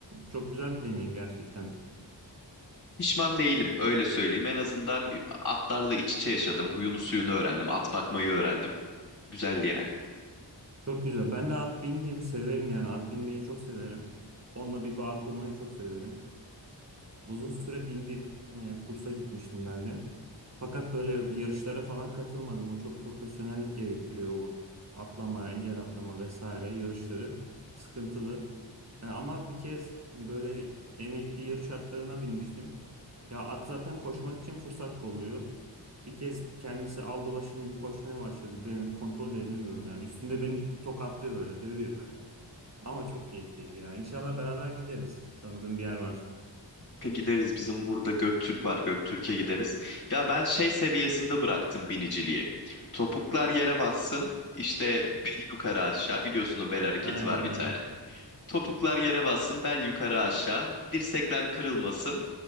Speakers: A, on the right; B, on the left.
A: Çok güzel bir deneyim gerçekten.
B: Pişman değilim öyle söyleyeyim. En azından atlarla iç içe yaşadım. Huyunu suyunu öğrendim. At bakmayı öğrendim. Güzeldi yani.
A: Çok güzel. Ben de at bindim. Severim yani. At binmeyi çok severim. Onunla bir bağ kurmayı çok severim. Uzun süre bindim. Ee, kursa gitmiştim ben de. Fakat böyle yarışlara falan katılmadım. O çok profesyonellik gerektiriyor. O atlama, engel atlama vesaire yarışları sıkıntılı. Ee, ama bir kez böyle emekli yarış atlarına binmiştim. Ya at zaten koşmak için fırsat kolluyor. Bir kez kendisi aldı başını bir koşmaya başladı. Benim kontrol de edemiyorum yani. Üstünde beni tokatlıyor öyle, dövüyor. <laughs> Ama çok keyifliydi ya. İnşallah beraber gideriz. Tanıdığım bir yer var.
B: Kanka Gideriz bizim burada Göktürk var Göktürk'e gideriz. Ya ben şey seviyesinde bıraktım biniciliği. Topuklar yere bassın İşte bel yukarı aşağı biliyorsun o bel hareketi
A: Aynen
B: var bir tane.
A: aynen.
B: Topuklar yere bassın bel yukarı aşağı dirsekler kırılmasın